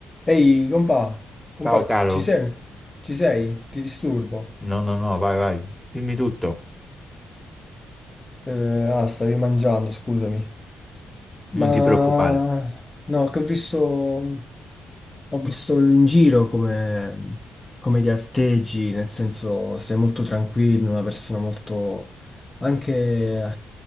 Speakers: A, on the left; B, in the centre.
A: Ehi, compà, compà,
B: Ciao caro,
A: ci sei? Ci sei? Ti disturbo?
B: no, no, no, vai, vai, dimmi tutto,
A: Eh, ah, stavi mangiando, scusami. Ma
B: non ti preoccupare.
A: no, che ho visto, ho visto in giro come, come ti atteggi, nel senso sei molto tranquillo, una persona molto... anche